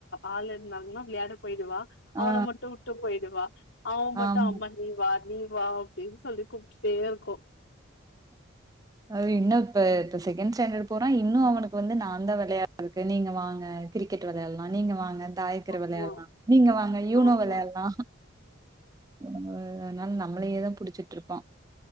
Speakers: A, on the left; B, on the right.
A: ஆள் இருந்தாங்கன்னா விளையாட போயிடுவா அவன
B: ஆ
A: மட்டு விட்டு போயி இவ அவ மட்டு
B: ஆமா
A: அம்மா நீ வா நீ வா அப்டின்னு சொல்லி கூப்டுட்டே இருக்கோ
B: ஆ இன்னு இப்ப இப்ப செகண்ட் ஸ்டாண்டர்ட் போறா இன்னு அவனுக்கு வந்து நா தா வெளையாட இருக்கு நீங்க வாங்க கிரிக்கெட் வெளையாடல்லா நீங்க வாங்க தாயக்கர்
A: ஆமா
B: வெளையாடலா நீங்க வாங்க யூனோ
A: ஆமா
B: வெளையாடலா ஆ அதனால நம்மளையே தா புடிச்சிட்ருப்பா